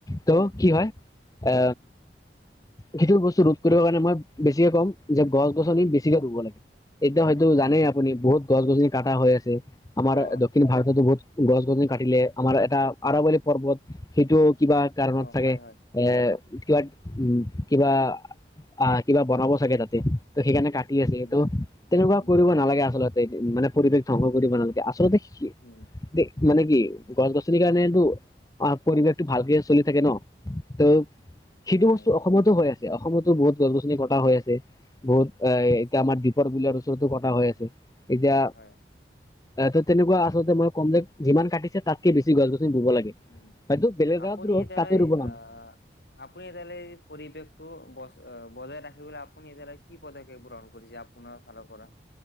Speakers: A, on the left (about 20°); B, on the left (about 65°).
A: ত'
B: উম
A: কি
B: উম
A: হয় এ। খিটোৰ বস্তু ৰোধ কৰিব কাৰণে মই বেছিকে ক'ম যে গছ গছনি বেছিকে ৰুব লাগে। এতিয়া হয়তো
B: উম
A: জানেই আপুনি বহুত গছ গছনি কাটা
B: উম
A: হৈ আছে আমাৰ
B: অ
A: দক্ষিণ ভাৰতত বহুত গছ গছনি কাটিলে আমাৰ এটা আৰৱলী পৰ্বত সেইটো, কিবা কাৰণত
B: অ
A: থাকে
B: হয় হয়
A: এ কিবা উম কিবা আহ কিবা বনাব চাগে তাতে ত সেইকাৰণে কাটি আছে
B: উম
A: স তটো তেনেকুৱা
B: উম
A: কৰিব নালাগে আচলতে মানে পৰিৱেশ ধ্বংস কৰিব নালাগে আচলতে,
B: উম
A: মানে কি গছ গছনিৰ কাৰণেটো অ পৰিৱেশটো ভালকে চলি থাকে ন ত সেইটো
B: হয়
A: বস্তু অসমতো হৈ আছে অসমতো বহুত গছ গছনি কটা হৈ আছে বহুত এ
B: হয়
A: এতিয়া আমাৰ দিপৰ বিলৰ ওচৰতো কটা হৈ আছে এতিয়া
B: হয়
A: আহ ত তেনেকুৱা আচলতে মই কম যেক যিমান কাটিছে তাতকে বেছি গছ <unintelligible>
B: উম আপুনি
A: ৰুৱক
B: এতিয়ালৈ
A: তাতে ৰুব নালাগে
B: আহ আপুনি এতিয়ালৈ এই পৰিৱেশটো ব অ বজাই ৰাখিবলৈ আপুনি এতিয়ালৈ কি পদক্ষেপ গ্ৰহণ কৰিছে আপোনাৰ ফালৰ পৰা